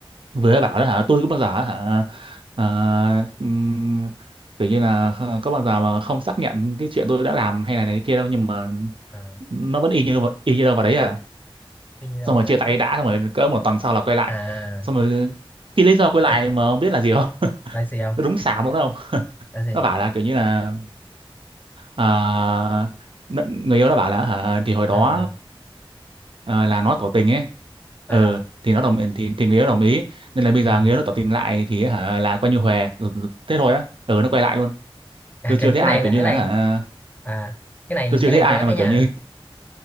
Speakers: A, on the right; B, on the left.
A: vừa bảo đó hả tôi cũng bao giờ hả ờ, ừm, kiểu như là ờ, có bao giờ mà không xác nhận cái chuyện tôi đã làm hay là này kia đâu nhưng mà
B: à,
A: nó vẫn y như y như đâu vào đấy à
B: tuy nhiên đâu
A: xong
B: rồi
A: rồi chia
B: đấy
A: tay đã xong rồi cỡ một tuần sau là quay lại
B: à
A: xong rồi cái lý do quay lại
B: ê,
A: mà không biết là gì không
B: lại gì không
A: nó đúng xàm đúng không
B: lại gì
A: nó bảo là kiểu như là à, n- người yêu nó bảo là hả thì hồi đó
B: à
A: ờ, ờ, là nó tỏ tình ấy
B: à
A: ừ thì nó đồng thì, thì người yêu đồng ý nên là bây giờ
B: ừ.
A: người yêu nó tỏ tình lại thì hả là coi như hòa ừ, ừ, thế thôi á ừ nó quay lại luôn
B: à,
A: tôi chưa
B: cái,
A: thấy
B: cái
A: ai
B: này
A: kiểu
B: là
A: như
B: cái
A: là
B: này
A: hả
B: à cái này
A: tôi chưa
B: cái
A: thấy
B: này
A: ai
B: tôi nói
A: mà
B: cái
A: kiểu
B: nha
A: như